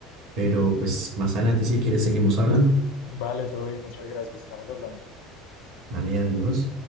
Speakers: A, on the right; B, on the left.
A: pero pues más adelante si quieres seguimos hablando.
B: Vale, todo bien, muchas gracias. Estamos hablando.
A: Vale, adiós.